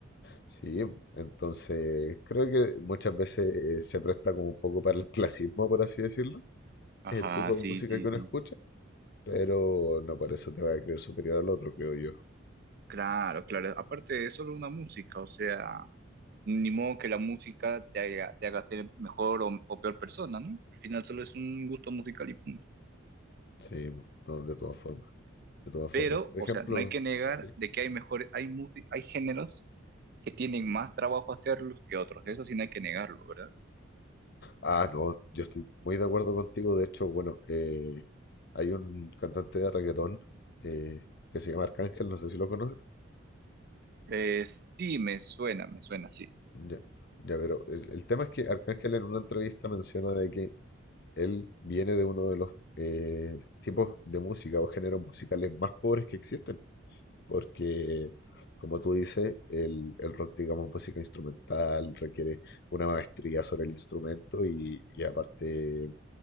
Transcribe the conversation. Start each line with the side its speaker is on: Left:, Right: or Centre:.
Left: Sí, entonces creo que muchas veces eh, se presta como un poco para el clasismo, por así decirlo,
Right: Ajá,
Left: es el tipo
Right: sí,
Left: de música
Right: sí,
Left: que uno
Right: sí.
Left: escucha, pero no por eso te va a creer superior al otro, creo yo.
Right: Claro, claro. Aparte, es solo una música, o sea, ni modo que la música te haga, te haga ser mejor o, o peor persona, ¿no? Al final solo es un gusto musical y punto.
Left: Sí, mo- no, de todas formas, de todas
Right: Pero,
Left: formas. Por
Right: o
Left: ejemplo,
Right: sea, no hay que negar
Left: sí.
Right: de que hay mejores, hay musi- hay géneros que tienen más trabajo hacerlos que otros. Eso sí no hay que negarlo, ¿verdad?
Left: Ah, no, yo estoy muy de acuerdo contigo, de hecho, bueno, eh, hay un cantante de reggaetón eh, que se llama Arcángel, no sé si lo conoces.
Right: Eh, sí, me suena, me suena, sí.
Left: Ya, ya, pero el, el tema es que Arcángel en una entrevista menciona de que Él viene de uno de los eh, tipos de música o géneros musicales más pobres que existen, porque, como tú dices, el, el rock, digamos, música instrumental requiere una maestría sobre el instrumento y, y aparte